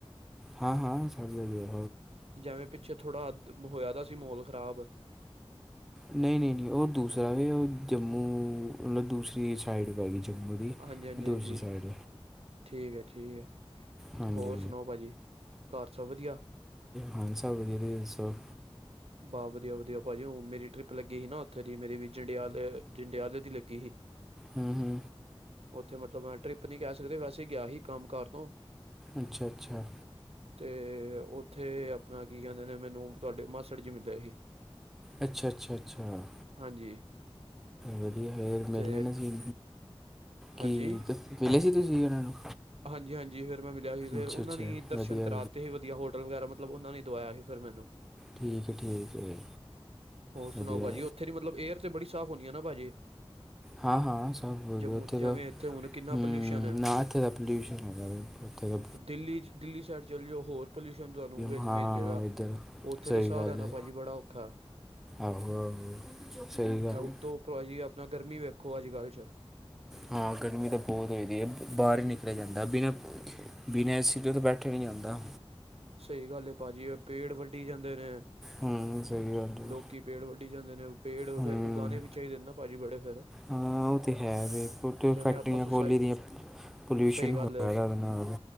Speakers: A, in the centre; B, on the right.
A: ਹਾਂ-ਹਾਂ ਸਬ ਵਧੀਆ,
B: ਜਿਵੇਂ ਪਿੱਛੇ ਥੋੜਾ ਅ ਹੋਇਆ ਦਾ ਸੀ ਮੋਹਲ ਖ਼ਰਾਬ।
A: ਨਹੀਂ-ਨਹੀਂ-ਨਹੀਂ ਉਹ ਦੂਸਰਾ ਵੀ ਉਹ ਜੰਮੂ ਮਤਲਬ ਦੂਸਰੀ ਸਾਈਡ ਪੈਗੀ। ਵਧੀਆ
B: ਹਾਂਜੀ ਹਾਂਜੀ
A: ਦੂਸਰੀ
B: ਹਾਂਜੀ
A: ਸਾਈਡ
B: ਠੀਕ ਹੈ ਠੀਕ ਹੈ
A: ਹਾਂਜੀ
B: ਹੋਰ ਸੁਣਾਓ ਭਾਜੀ ਘਰ ਸਭ ਵਧੀਆ?
A: ਹਾਂ ਸਭ ਵਧੀਆ, ਤੁਸੀ ਦੱਸੋ?
B: ਬਾਹ ਵਧੀਆ-ਵਧੀਆ ਭਾਜੀ ਮੇਰੀ ਟਰਿਪ ਲੱਗੀ ਹੀ ਨਾ ਉੱਥੇ ਦੀ ਮੇਰੀ ਵੀ ਜੰਡਿਆਲੇ-ਜੰਡਿਆਲੇ ਦੀ ਲੱਗੀ ਹੀ।
A: ਹੂੰ-ਹੂੰ,
B: ਉੱਥੇ ਮਤਲਬ ਟਰਿਪ ਨੀ ਕਹਿ ਸਕਦੇ ਵੈਸੇ ਹੀ ਗਿਆ ਸੀ ਕੰਮ ਕਾਰ ਤੋਂ।
A: ਅੱਛਾ-ਅੱਛਾ,
B: ਤੇ ਉੱਥੇ ਆਪਣਾ ਕੀ ਕਹਿੰਦੇ ਨੇ ਮੈਨੂੰ ਤੁਹਾਡੇ ਮਾਸੜ ਜੀ ਮਿਲੇ ਸੀ।
A: ਅੱਛਾ-ਅੱਛਾ-ਅੱਛਾ
B: ਹਾਂਜੀ
A: ਵਧੀਆ ਫਿਰ ਮੇਲ
B: ਤੇ
A: ਲੇਣਾ ਸੀ।
B: ਹਾਂਜੀ
A: ਕੀ ਮਿਲੇ ਸੀ ਤੁਸੀਂ ਉਹਨਾਂ ਨੂੰ।
B: ਹਾਂਜੀ ਹਾਂਜੀ ਫੇਰ ਮੈਂ ਮਿਲਿਆ ਸੀ ਫਿਰ
A: ਅੱਛਾ
B: ਉਹਨਾਂ
A: ਅੱਛਾ
B: ਦੀ ਦਰਸ਼ਨ
A: ਵਧੀਆ
B: ਕਰਾਤੇ ਸੀ ਵਧੀਆ ਹੋਟਲ ਵਗੈਰਾ ਮਤਲਬ ਉਹਨਾਂ ਨੇ ਦਵਾਇਆ ਸੀ ਫਿਰ ਮੈਨੂੰ।
A: ਠੀਕ ਹੈ ਠੀਕ ਹੈ
B: ਹੋਰ ਸੁਣਾਓ
A: ਵਧੀਆ
B: ਭਾਜੀ ਉੱਥੇ ਦੀ ਮਤਲਬ ਏਅਰ ਤੇ ਬੜੀ ਸਾਫ਼ ਹੋਣੀ ਆ ਨਾ ਭਾਜੀ।
A: ਹਾਂ-ਹਾਂ ਸਭ ਵਧੀਆ
B: ਜੰਮੂ
A: ਉੱਥੇ
B: ਜਿਵੇਂ
A: ਤਾਂ
B: ਇੱਥੇ ਹੁਣ ਕਿੰਨਾ
A: ਹੂੰ
B: ਪੋਲਿਊਸ਼ਨ ਹੈ
A: ਨਾ ਇੱਥੇ ਆਪਣੇ ਪੋਲਊਸ਼ਨ ਹੈਗਾ ਵੇ ਓਥੇ,
B: ਦਿੱਲੀ ਦਿੱਲੀ ਸਾਈਡ ਚਲ ਜੋ ਹੋਰ ਪੋਲਿਊਸ਼ਨ ਤੁਹਾਨੂੰ ਵਿਚ
A: ਹਾਂ
B: ਮਿਲ ਜਾਏਗਾ
A: ਇੱਧਰ
B: ਉੱਥੇ
A: ਸਹੀ
B: ਤੇ ਸਾਹ
A: ਗੱਲ
B: ਲੈਣਾ
A: ਹੈ
B: ਭਾਜੀ ਬੜਾ ਔਖਾ ਹੈ।
A: ਆਹੋ ਆਹ ਸਹੀ ਗੱਲ
B: ਇਹ
A: ਏ।
B: ਉਤੋਂ ਭਾਜੀ ਆਪਣਾ ਗਰਮੀ ਵੇਖੋ ਅੱਜ ਕੱਲ੍ਹ 'ਚ
A: ਹਾਂ ਗਰਮੀ ਤਾਂ ਬਹੁਤ ਹੋਈ ਦੀ ਹੈ ਬਾਹਰ ਹੀ ਨਿਕਲਿਆ ਜਾਂਦਾ ਬਿਨਾਂ ਬਿਨਾ ਏਸੀ ਤੋਂ ਤੇ ਬੈਠਿਆ ਨੀ ਜਾਂਦਾ।
B: ਸਹੀ ਗੱਲ ਏ ਭਾਜੀ ਪੇੜ ਵੱਡੀ ਜਾਂਦੇ ਨੇ।
A: ਹੂੰ ਸਹੀ ਗੱਲ ਹੈ
B: ਲੋਕੀ ਪੇੜ ਵੱਡੀ ਜਾਂਦੇ ਨੇ ਪੇੜ
A: ਹੂੰ
B: ਫੇਰ ਉਗਾਣੇ ਵੀ ਚਾਹੀਦੇ ਨੇ ਨਾ ਭਾਜੀ ਬੜੇ ਫੇਰ।
A: ਉਹ ਤਾਂ ਹੈ ਫੈਕਟਰੀਆਂ
B: ਜਿਵੇਂ ਆਪਾਂ ਸੁਸਾਇ
A: ਖੋਲ੍ਹਿਆ ਦੀਆਂ, ਪੋਲੂਸ਼ਨ
B: ਸਹੀ ਗੱਲ
A: ਹੋ
B: ਐ
A: ਰਿਹਾ ਉਹਦੇ ਨਾਲ